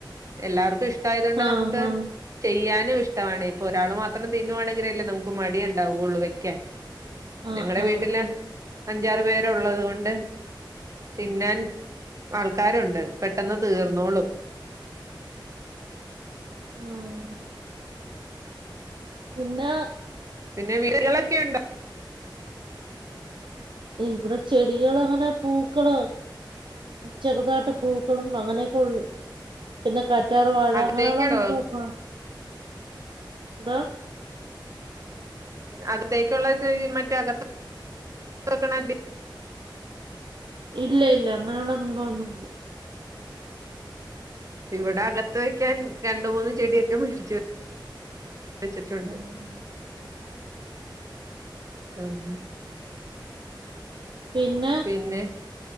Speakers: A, on the right (about 40°); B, on the right (about 70°).
A: എല്ലാവർക്കും ഇഷ്ടമായതു കൊണ്ട്
B: ആ
A: നമുക്ക്
B: ആ
A: ചെയ്യാനും ഇഷ്ട ഇഷ്ടമാണ് ഇപ്പോ ഒരാൾ മാത്രം തിന്നുവാണെങ്കിൽഅല്ലെ നമുക്ക് മടി ഉണ്ടാവുള്ളൂ വെക്കാൻ
B: ആ
A: ഞങ്ങളടെ
B: ആ
A: വീട്ടിലെ അഞ്ചാറ് പേരുള്ളത് കൊണ്ട് തിന്നാൻ ആൾക്കാരുണ്ട് പെട്ടെന്ന് തീർന്നോളും
B: ആ <inaudible> പിന്ന-
A: പിന്നെ വീടുകളൊക്കെ ഉണ്ടോ
B: ഇവിടെ ചെടികൾ അങ്ങനെ പൂക്കള് ചെറുതാട്ട്പ്പൂക്കളും അങ്ങനെ ഉള്ളൂ പിന്നെ കാറ്റാർ വാഴ
A: അകത്തേക്കടോ
B: അങ്ങനെയുള്ള സംഭവക്ക <unintelligible> ആഹ
A: അകത്തേക്കുള്ളത് മറ്റേ അകത്ത് വെക്കണ ഗ്രീൻ
B: ഇല്ല ഇല്ല അങ്ങനെയുള്ള സംഭവമൊന്നുമല്ല
A: ഇവിടെ അകത്ത് വെക്കാൻ രണ്ട് മൂന്ന് ചെടിയൊക്കെ മേടിച്ചു വെച്ചിട്ടുണ്ട്
B: ആഹ <unintelligible>
A: ആഹ
B: പിന്നെ
A: പിന്നെ